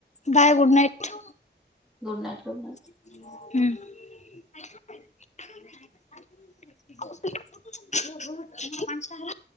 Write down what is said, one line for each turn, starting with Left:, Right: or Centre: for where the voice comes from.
Left: ଗାଏ good night.
Centre: Good night good night.
Left: ହୁଁ। <inaudible>